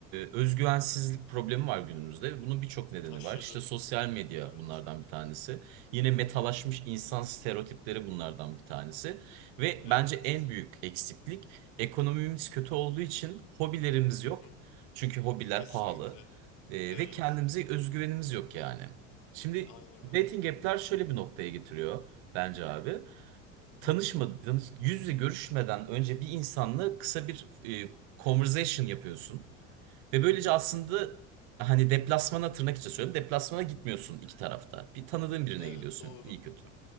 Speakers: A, on the right (about 65°); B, on the left (about 60°).
A: özgüvensizlik problemi var günümüzde. Bunun birçok nedeni
B: Aşırı.
A: var. İşte sosyal medya
B: Evet.
A: bunlardan bir tanesi. Yine metalaşmış insan stereotipleri bunlardan bir tanesi. Ve
B: Evet.
A: bence en büyük eksiklik ekonomimiz kötü olduğu için hobilerimiz
B: Hı
A: yok.
B: hı.
A: Çünkü hobiler
B: Kesinlikle.
A: pahalı. Ee,
B: Evet.
A: ve kendimize özgüvenimiz yok yani. Şimdi
B: Aynen
A: dating
B: öyle.
A: app'ler şöyle bir noktaya getiriyor bence abi. Tanışmadan,
B: Hı hı.
A: tanış- yüz yüze görüşmeden önce bir insanla kısa bir e, conversation yapıyorsun. Ve
B: Evet.
A: böylece aslında hani deplasmana tırnak içi söylüyorum. Deplasmana gitmiyorsun iki tarafta. Bir tanıdığın birine
B: Evet
A: gidiyorsun
B: doğru.
A: iyi kötü.